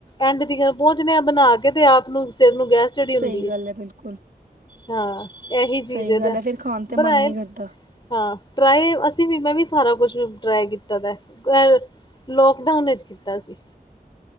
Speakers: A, on the left; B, on the right.
A: ਐਂਡ ਤੀਕਰ ਪਹੁੰਚਦੇ ਆ ਬਣਾ ਕੇ ਤੇ ਆਪ ਨੂੰ ਸਿਰ ਨੂੰ ਗੈਸ ਚੜੀ ਹੁੰਦੀ
B: ਸਹੀ ਗੱਲ
A: ਹੈ
B: ਬਿਲਕੁਲ
A: ਹਾਂ। ਇਹੀ ਚੀਜ਼
B: ਸਹੀ
A: ਇਹਦਾ
B: ਗੱਲ ਹੈ ਫਿਰ ਖਾਣ ਤੇ
A: ਬਣਾਏ
B: ਮਨ ਨੀ ਕਰਦਾ
A: ਹਾਂ ਟਰਾਈ ਅਸੀਂ ਵੀ ਮੈਂ ਵੀ ਸਾਰਾ ਕੁਛ ਟਰਾਈ ਕੀਤਾ ਦਾ ਐ। ਅ ਲੋਕਡਾਊਨ ਵਿੱਚ ਕੀਤਾ ਸੀ।